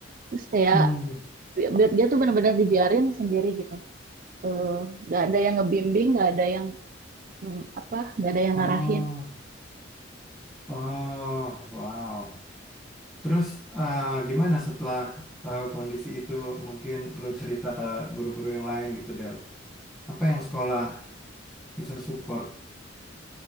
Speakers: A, on the right; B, in the centre.
A: Terus kayak
B: Hmm.
A: bi- dia tuh benar-benar dibiarin sendiri gitu. Eh, nggak ada yang ngebimbing, nggak ada yang mm, apa, nggak ada yang
B: Oh.
A: ngarahin.
B: Oh, wow. Terus eh, gimana setelah tahu kondisi itu mungkin lo cerita ke guru-guru yang lain gitu Del. Apa yang sekolah bisa support?